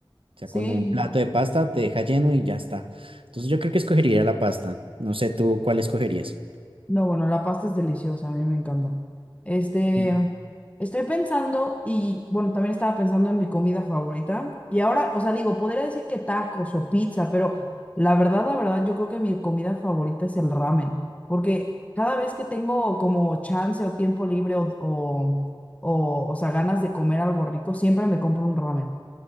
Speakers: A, on the right (about 90°); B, on the left (about 15°).
A: O sea,
B: Sí,
A: con un
B: no.
A: plato de pasta te deja lleno y ya está. Entonces yo creo que escogería la pasta. No sé tú cuál escogerías.
B: No, bueno, la pasta es deliciosa, a mí me encanta. Este,
A: <clears throat>
B: estoy pensando y, bueno, también estaba pensando en mi comida favorita. Y ahora, o sea, digo, podría decir que tacos o pizza, pero la verdad, la verdad, yo creo que mi comida favorita es el ramen. Porque cada vez que tengo como chance o tiempo libre o, o, o, o sea, ganas de comer algo rico, siempre me compro un ramen.